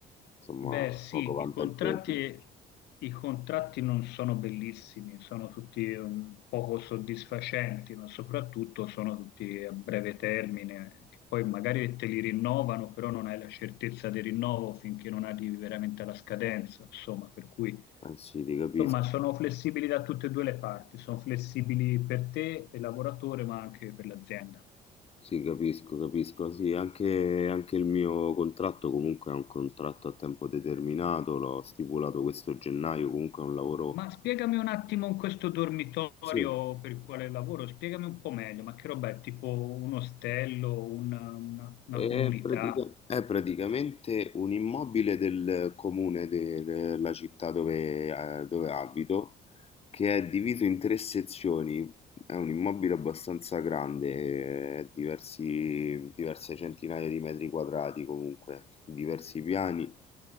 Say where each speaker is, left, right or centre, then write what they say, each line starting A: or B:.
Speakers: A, on the left; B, on the left.
A: insomma,
B: Beh, sì,
A: poco vantaggiosi.
B: i contratti, i contratti non sono bellissimi, sono tutti un poco soddisfacenti, ma soprattutto sono tutti a breve termine, che poi magari te li rinnovano, però non hai la certezza del rinnovo finché non arrivi veramente alla scadenza, insomma, per cui
A: Anzi, ti capisco.
B: insomma sono flessibili da tutte e due le parti, sono flessibili per te e lavoratore, ma anche per l'azienda.
A: Sì, capisco, capisco. Sì, anche, anche il mio contratto comunque è un contratto a tempo determinato, l'ho stipulato questo gennaio, comunque è un lavoro...
B: Ma spiegami un attimo in questo dormitorio
A: Sì.
B: per il quale lavoro, spiegami un po' meglio, ma che roba è? Tipo un ostello, una, una- una
A: È,
B: comunità?
A: pratica- è praticamente un immobile del comune de- della città dove, eh, dove abito che è diviso in tre sezioni. È un immobile abbastanza grande, eh, diversi, diverse centinaia di metri quadrati comunque, diversi piani.